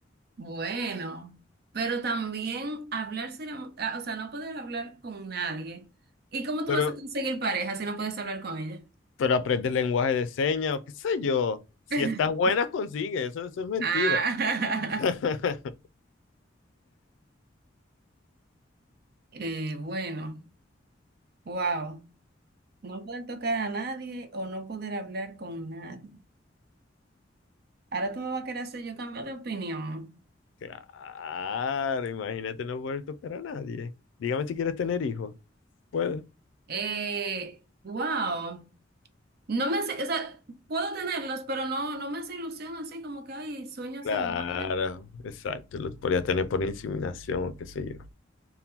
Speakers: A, on the right; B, on the left.
A: bueno. Pero también hablar será ah, o sea, no poder hablar con nadie. ¿Y cómo tú
B: Pero,
A: vas a conseguir pareja si no puedes hablar con ella?
B: pero aprendes lenguaje de señas o qué sé yo. Si
A: <laughs>
B: estás buena, consigues. Eso, eso es mentira.
A: Ah.
B: <laughs>
A: Eh, bueno, wow. No poder tocar a nadie o no poder hablar con nadie. Ahora tú me vas a querer hacer yo cambiar de opinión.
B: Claro, imagínate no poder tocar a nadie. Dígame si quieres tener hijos. Puedes.
A: Eh, wow. No me hace, o sea, puedo tenerlos, pero no, no me hace ilusión así como que, ay, sueño
B: Claro,
A: ser madre.
B: exacto. Los podrías tener por inseminación, o qué sé yo.